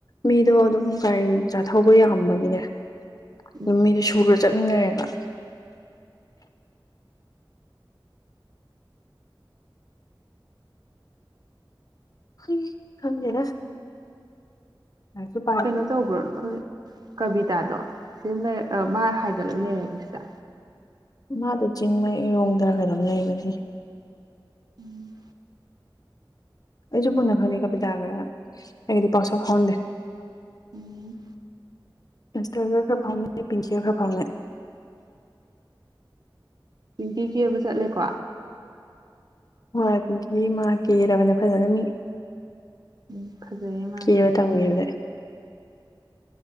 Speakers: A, on the left; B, on the right.
A: ꯃꯤꯗꯣ ꯑꯗꯨꯝ ꯒꯥꯔꯤ ꯃꯆꯥ ꯊꯧꯕ ꯌꯥꯝꯕꯒꯤꯅꯦ꯫
B: ꯎꯝ
A: ꯗꯨ ꯃꯤꯗꯨ ꯁꯨꯔ ꯆꯠꯃꯤꯟꯅꯔꯦꯕ ꯍꯨꯏ ꯈꯪꯗꯦꯗ ꯂꯥꯏꯔꯤꯛꯁꯨ ꯄꯥꯏ
B: ꯀꯩꯅꯣ ꯇꯧꯕ꯭ꯔꯣ ꯑꯥ ꯀꯕꯤꯇꯥꯗꯣ ꯁꯤꯁꯨꯝꯂꯩ ꯃꯥ ꯍꯥꯏꯒꯠꯂ ꯂꯩꯔꯕ‌ꯣ ꯁꯤꯗ
A: ꯃꯥꯗꯣ ꯆꯤꯡꯃꯩꯔꯣꯡꯗꯔ ꯀꯩꯅ‌ꯣꯝ ꯂꯩꯕꯅꯤ
B: ꯎꯝ
A: ꯑꯩꯁꯨ ꯃꯨꯟꯅ ꯈꯪꯉꯦ ꯀꯕꯤꯇꯥꯒ ꯑꯩꯒꯗꯤ ꯄꯥꯎꯁꯥꯎ ꯐꯥꯎꯅꯗꯦ
B: ꯎꯝ
A: ꯏꯟꯁꯇꯔꯒ ꯈꯔ ꯐꯥꯎꯅꯩ ꯄꯤꯡꯀꯤꯒ ꯈꯔ ꯐꯥꯎꯅꯩ
B: ꯄꯤꯟꯇꯤ ꯀꯦꯕ ꯆꯠꯂꯦꯀꯣ
A: ꯍꯣꯏ ꯄꯤꯡꯀꯤ ꯃꯥ ꯀꯦꯔꯕꯅꯦ ꯐꯖꯅ ꯃꯤ
B: ꯎꯝ ꯐꯖꯩꯌꯦ ꯃꯥꯁꯨ
A: ꯀꯦꯕ
B: ꯑꯗꯨꯝ
A: ꯇꯝꯈꯤꯕꯗꯩ
B: ꯀ‌ꯦꯕꯗ